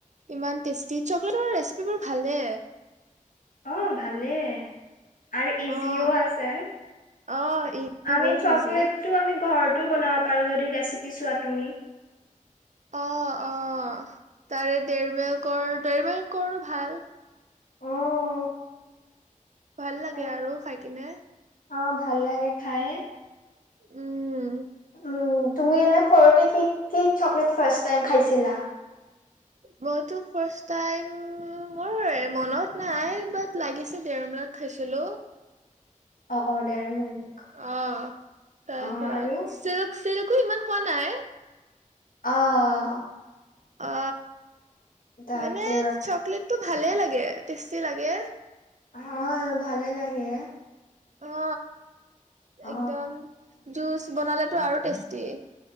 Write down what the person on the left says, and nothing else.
আহ ভালেই। আৰু ইজিও
আছে
আমি
চকলেটটো
আমি ঘৰত টো বনাব পাৰো যদি ৰেচিপি চোৱা তুমি।
অ
হয়,
অ ভাল লাগে খাই।
উম তুমি এনে সৰুতে কি কি চকলেট ফাৰ্ষ্ট টাইম খাইছিলা?
অ অ ডেইৰী মিল্ক
অ আৰু
অহ
তাকে
ভাল ভালে লাগে।
অ